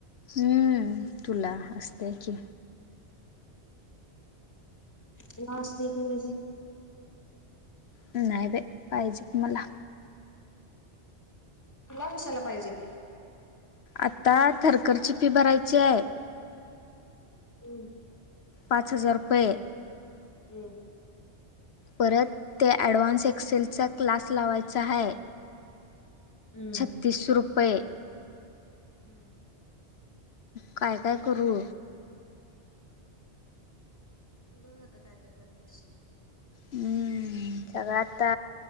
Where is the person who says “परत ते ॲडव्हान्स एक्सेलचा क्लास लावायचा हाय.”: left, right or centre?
Left